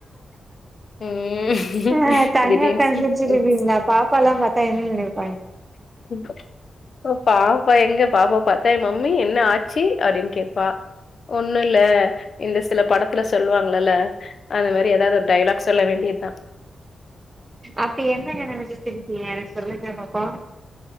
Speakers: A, on the left; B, on the right.
A: ம்
B: ஆஹ் தனியா
A: திடீர்னு
B: ஒக்காந்து சிரிச்சுட்டு இருங்கிங்ளா பாப்பா எல்லா பாத்தா என்ன நினைப்
A: ப் பாப் அப்ப எங்க பாப்ப பாத்தா என்ன மம்மி என்ன ஆச்சு அப்டின்னு கேட்பா ஒண்ணு இல்ல இந்த சில படத்துல சொல்லுவாங்கல்ல அந்த மாதிரி ஏதாவது ஒரு டைலாக் சொல்ல வேண்டியது தா
B: அப்ப என்ன நென்ன ச்சு சிரிப்பீங்க சொல்லுங்கமாப்பா